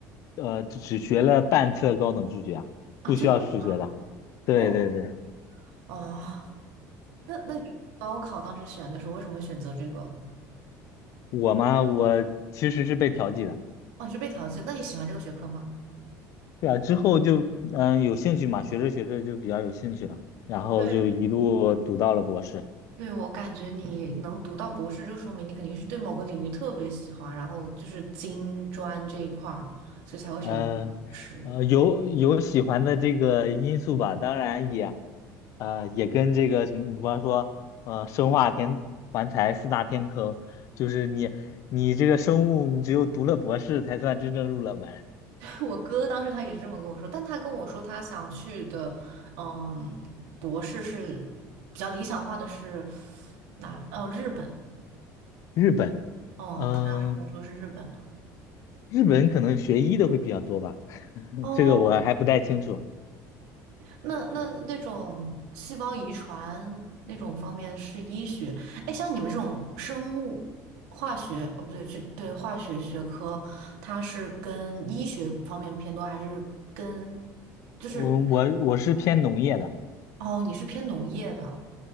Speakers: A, on the left; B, on the right.
A: 呃，只学了半册高等数学啊，
B: 啊，
A: 不需要数学的。
B: 真的吗？
A: 对对对，
B: 那我哦，那那你高考当时选的时候，为什么会选择这个？
A: 我嘛，我其实是被调剂的。
B: 哦，你是被调剂？那你喜欢这个学科吗？
A: 对啊，之后就嗯、有兴趣嘛，学着学着就比较有兴趣了，然后就一路读到了博士。
B: 对，对，我感觉你能读到博士，就说明你肯定是对某个领域特别喜欢，然后就是金专这一块儿，所以才会选择读博士。
A: 呃呃，有有喜欢的这个因素吧，当然也呃也跟这个什么，比方说呃生化天环材四大天坑，就是你你这个生物，你只有读了博士才算真正入了门。
B: 我哥当时他也是这么跟我说，但他跟我说他想去的，嗯，博士是比较理想化的是哪？哦，日本。
A: 日本，
B: 哦，
A: 嗯、
B: 他当时跟我说是日本啊。
A: 日本可能学医的会比较多吧，<laughs>
B: 哦，
A: 这个我还不太清楚。
B: 那那那种细胞遗传那种方面是医学。哎，像你们这种生物化学，哦，不对，就对化学学科，它是跟医学方面偏多，还是跟就是
A: 我我我是偏农业的，
B: 哦，你是偏农业的？